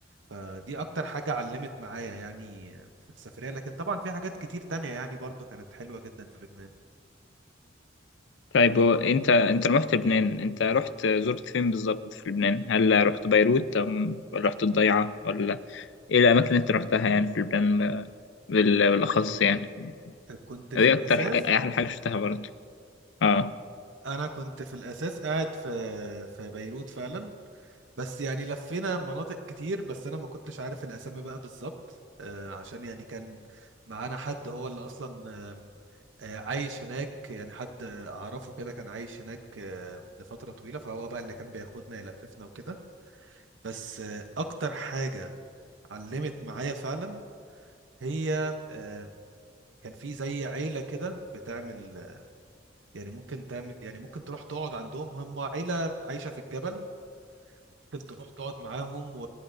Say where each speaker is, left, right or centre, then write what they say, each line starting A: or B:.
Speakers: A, on the right; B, on the left.
A: فدي أكتر حاجة علمت معايا يعني في السفرية لكن طبعا في حاجات كتير تانية يعني برضو كانت حلوة جدا في لبنان
B: طيب هو انت انت لما رحت لبنان انت رحت زرت فين بالظبط في لبنان هل رحت بيروت أم- ولا رحت الضيعة ولا ايه الاماكن اللي انت رحتها يعني في لبنان ب- بال- بالاخص يعني
A: كنت في
B: ايه
A: الأساس
B: اكتر ح- ايه احلى حاجة شفتها برضه اه
A: انا كنت في الاساس قاعد في في بيروت فعلا بس يعني لفينا مناطق كتير بس انا ما كنتش عارف الاسامي بقى بالظبط آه، عشان يعني كان معانا حد هو اللي اصلا آم، آه، عايش هناك يعني حد آه، اعرفه كده كان عايش هناك آه، لفترة طويلة فهو بقى اللي كان بياخدنا يلففنا وكده بس آه، اكتر حاجة علمت معايا فعلا هي آه، كان في زي عيلة كده بتعمل يعني ممكن تعمل يعني ممكن تروح تقعد عندهم هم عيلة عايشة في الجبل ممكن تروح تقعد معاهم و...